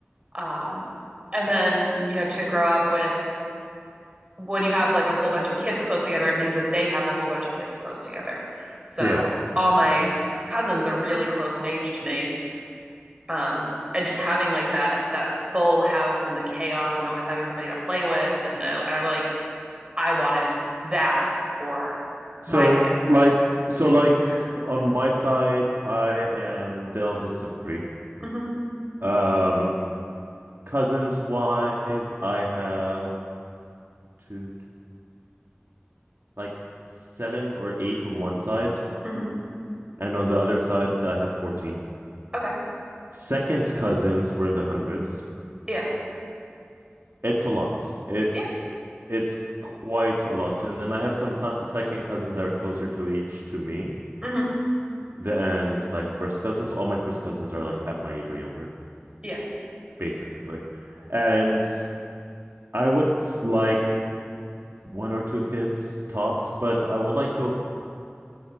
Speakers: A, on the right (about 25°); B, on the right (about 70°).
A: Um, and then, you know, to grow up with when you have like a whole bunch of kids close together, it means that they have a whole bunch of kids close together. So
B: Yeah.
A: all my cousins are really close in age to me. Um, and just having like that that full house and the chaos and always having somebody to play with and I, I like I wanted that for
B: So,
A: my kids.
B: like, so like on my side, I am the eldest of three.
A: hmm
B: Um, cousins wise, I have two, like seven or eight on one side,
A: hmm
B: and on the other side, I have 14.
A: Okay.
B: Second cousins were in the hundreds.
A: Yeah.
B: It's a lot. It's
A: Yeah.
B: it's quite a lot. And then I have some se- second cousins that are closer to age to me
A: hmm
B: than like first cousins. All my first cousins are like half my age or younger,
A: Yeah.
B: basically. And I would like one or two kids tops, but I would like to